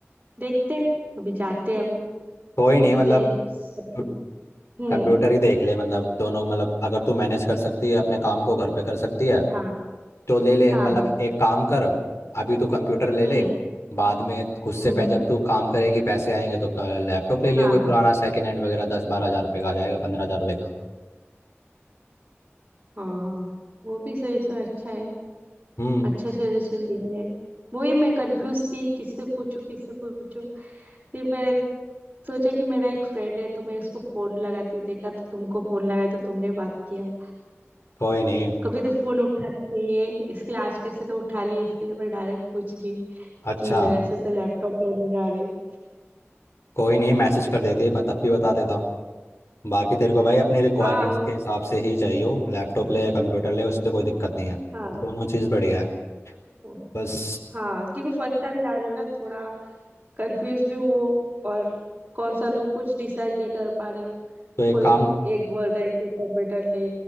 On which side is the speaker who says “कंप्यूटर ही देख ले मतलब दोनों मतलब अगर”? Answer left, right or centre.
Left